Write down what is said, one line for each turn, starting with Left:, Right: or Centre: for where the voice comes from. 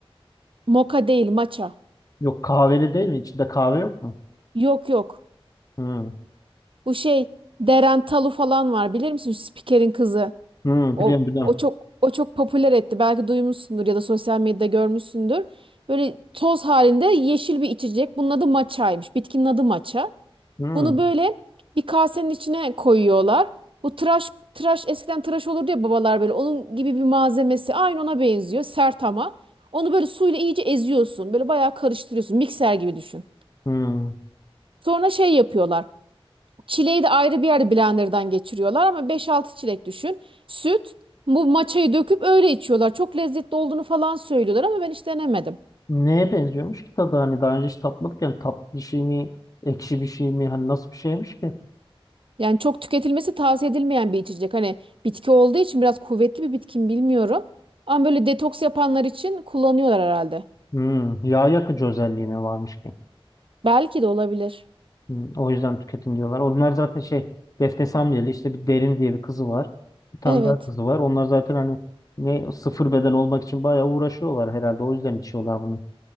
Right: moka değil matcha.
Left: Yok kahveli değil mi? İçinde kahve yok mu?
Right: Yok yok.
Left: Hı.
Right: Bu şey Deren Talu falan var bilir misin? Şu spikerin kızı.
Left: Hı,
Right: O,
Left: biliyorum biliyorum.
Right: o çok o çok popüler etti. Belki duymuşsundur ya da sosyal medyada görmüşsündür. Böyle toz halinde yeşil bir içecek. Bunun adı matchaymış. Bitkinin adı matcha.
Left: Hı.
Right: Bunu böyle bir kasenin içine koyuyorlar. Bu tıraş tıraş eskiden tıraş olurdu ya babalar böyle. Onun gibi bir malzemesi aynı ona benziyor. Sert ama. Onu böyle suyla iyice eziyorsun. Böyle bayağı karıştırıyorsun. Mikser gibi düşün.
Left: Hı.
Right: Sonra şey yapıyorlar. Çileği de ayrı bir yerde blenderdan geçiriyorlar ama beş altı çilek düşün. Süt, bu maçayı döküp öyle içiyorlar. Çok lezzetli olduğunu falan söylüyorlar ama ben hiç denemedim.
Left: Neye benziyormuş ki tadı? Hani daha önce hiç tatmadık yani tatlı bir şey mi? Ekşi bir şey mi? Hani nasıl bir şeymiş ki?
Right: Yani çok tüketilmesi tavsiye edilmeyen bir içecek. Hani bitki olduğu için biraz kuvvetli bir bitki mi bilmiyorum. Ama böyle detoks yapanlar için kullanıyorlar herhalde.
Left: Hmm, yağ yakıcı özelliğine varmış ki.
Right: Belki de olabilir.
Left: Hmm, o yüzden tüketin diyorlar. Onlar zaten şey Defne Samyeli işte bir Derin diye bir kızı var. Bir tane
Right: Evet.
Left: daha kızı var. Onlar zaten hani ne sıfır beden olmak için bayağı uğraşıyorlar herhalde. O yüzden içiyorlar bunu.